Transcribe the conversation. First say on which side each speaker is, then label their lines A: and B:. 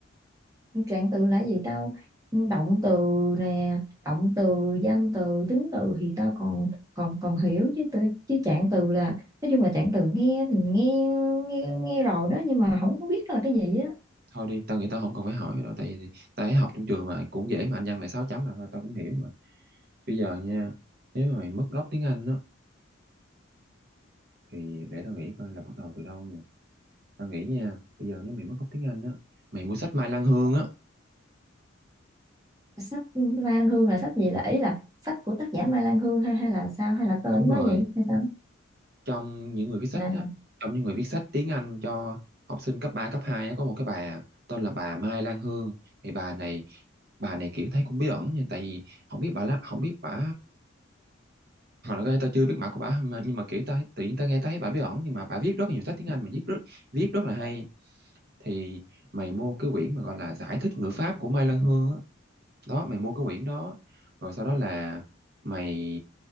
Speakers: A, on the right; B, on the right.
A: trạng từ là gì tao động từ nè động từ danh từ tính từ thì tao còn còn còn hiểu chứ từ chứ trạng từ là nói chung là trạng từ nghe thì nghe nghe nghe rồi đó nhưng mà không có biết là cái gì á
B: thôi đi tao nghĩ tao không cần phải hỏi đâu tại vì tao thấy học trong trường mà cũng dễ mà anh văn mày sáu chấm là thôi tao cũng hiểu mà bây giờ nha nếu mà mày mất gốc tiếng Anh á thì để tao nghĩ coi là bắt đầu từ đâu nha tao nghĩ nha bây giờ nếu mày mất gốc tiếng Anh á mày mua sách Mai Lan Hương á
A: sách Mai Lan Hương là sách gì là ý là sách của tác giả Mai Lan Hương hay hay là sao hay là tên
B: đúng rồi
A: nó vậy hay sao
B: trong những người viết sách
A: À,
B: á trong những người viết sách tiếng Anh cho học sinh cấp 3 cấp 2 á có một cái bà tên là bà Mai Lan Hương thì bà này bà này kiểu thấy cũng bí ẩn nha tại vì không biết bà lá không biết bà hoặc là có thể tao chưa biết mặt của bả mà, nhưng mà kiểu tao tự nhiên tao nghe tao thấy bả bí ẩn nhưng mà bả viết rất là nhiều sách tiếng Anh mà viết rất viết rất là hay thì mày mua cái quyển mà gọi là giải thích ngữ pháp của Mai Lan Hương á đó. mày mua cái quyển đó rồi sau đó là mày